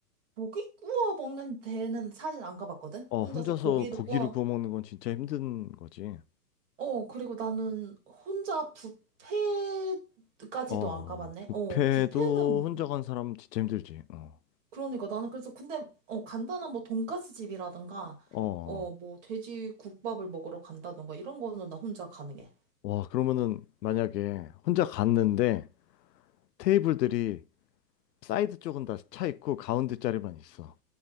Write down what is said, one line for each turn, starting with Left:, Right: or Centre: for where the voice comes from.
Right: 고기 구워 먹는 데는 사실 안 가봤거든?
Left: 어,
Right: 혼자서
Left: 혼자서
Right: 고기를
Left: 고기를
Right: 구워.
Left: 구워 먹는 건 진짜 힘든 거지.
Right: 어, 그리고 나는 혼자 뷔페까지도
Left: 어,
Right: 안 가봤네? 어,
Left: 뷔페도
Right: 뷔페는,
Left: 혼자 간 사람 진짜 힘들지. 어.
Right: 그러니까 나는 그래서 근데, 어, 간단한 뭐 돈까스 집이라든가,
Left: 어.
Right: 어, 뭐 돼지 국밥을 먹으러 간다든가 이런 거는 나 혼자 가능해.
Left: 와, 그러면은 만약에 혼자 갔는데, 테이블들이 사이드 쪽은 다 차 있고 가운데 자리만 있어.